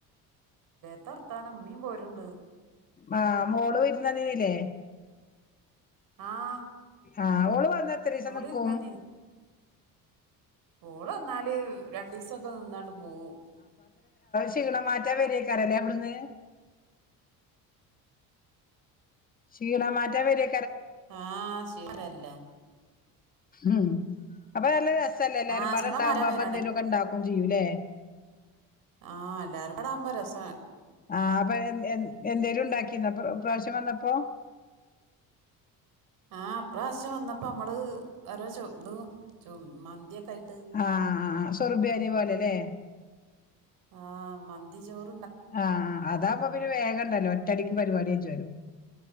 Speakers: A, on the right; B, on the left.
A: ന്ത് വർത്താനം ഉമ്മീം പോരുണ്ട്
B: ആഹ് മോള് വരുന്നത് ലേ
A: ആഹ്
B: ആഹ് ഓള് വന്നാ എത്തിരീസം
A: മോള്
B: നിക്കും
A: ഇരുന്നന്നീനി ഓള് വന്നാല് രണ്ടീസൊക്കെ നിന്നാണ്ട് പോവും
B: കുട്ടികളെ മാറ്റാ വരിയക്കാറില്ലേ അവിടുന്ന് ക്ഷീണ മാറ്റ വരിയ
A: ആഹ് <inaudible>
B: ഉം അപ്പൊ നല്ല രസല്ലെ എല്ലാരും
A: ആഹ്
B: ഇപടെ
A: ക്ഷീണം
B: ഉണ്ടാവുമ്പം
A: മാറ്റാൻ
B: അപ്പം
A: വരാണേ
B: എന്തേലു ഒക്കെ ഉണ്ടാ ഫോൺ ചെയ്യൂലേ
A: ആഹ് എല്ലാരും കൂടെ ആവുമ്പം രസ
B: ആഹ് അപ്പൊ എ എന്ത് എന്തേലും ഉണ്ടാക്കിന്നോ ഇപം ഇപ്രാവശ്യം വന്നപ്പോ
A: ആഹ് ഇപ്രാവശ്യം വന്നപ്പം നമ്മള് ഓരോ ചോ തും ചും മന്തിയൊക്കെ ആയി
B: ആഹ് അ ആ സൊർബിയാനി പോലെലേ
A: ആഹ് മന്തി ചോർ
B: ആഹ് അതാപ്പം പിന്നെ വേഗം ഉണ്ടല്ലോ ഒറ്റടിക്ക് പരിപാടി <unintelligible>